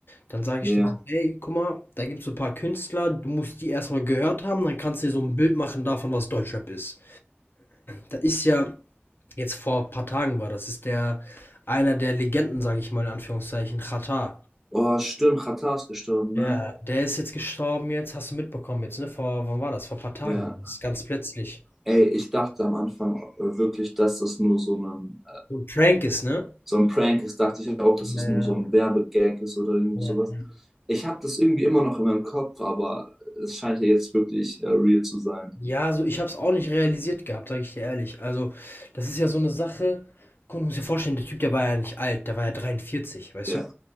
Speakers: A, on the left; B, in the centre.
A: Dann sage
B: Ja.
A: ich dir
B: Yeah.
A: so, ey, guck mal, da gibt es so ein paar Künstler, du musst die erstmal gehört haben, dann kannst du dir so ein Bild machen davon, was Deutschrap ist. Da ist ja, jetzt vor ein paar Tagen war, das ist der, einer der Legenden, sage ich mal, in Anführungszeichen, Xatar.
B: Oh, stimmt, Xatar ist gestorben,
A: Ja,
B: ne?
A: der ist jetzt gestorben, jetzt hast du mitbekommen, jetzt, ne, vor, wann war das? Vor ein paar Tagen,
B: Ja.
A: war das ist ganz plötzlich.
B: Ey, ich dachte am Anfang äh, wirklich, dass das nur so ein,
A: So ein Prank ist, ne?
B: so ein Prank ist. Dachte ich auch, dass das
A: Ja,
B: nur so ein Werbegag ist oder irgendwie
A: ja.
B: sowas. Ich habe das irgendwie immer noch in meinem Kopf, aber es scheint ja jetzt wirklich äh, real zu sein.
A: Ja, also ich habe es auch nicht realisiert gehabt, sage ich dir ehrlich. Also, das ist ja so eine Sache. Guck, du musst dir vorstellen, der Typ, der war ja nicht alt, der war ja 43, weißt
B: Ja.
A: du?